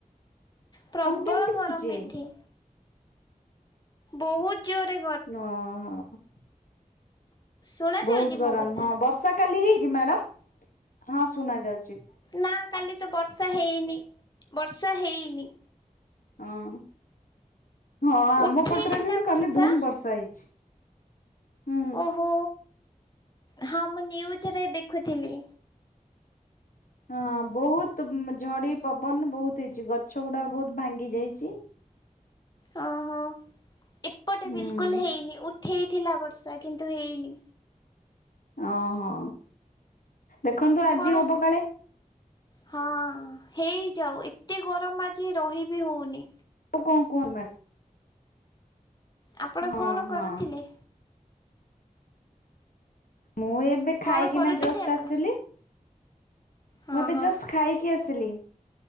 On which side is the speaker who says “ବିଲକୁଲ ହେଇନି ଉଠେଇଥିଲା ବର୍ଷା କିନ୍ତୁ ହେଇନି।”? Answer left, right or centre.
Left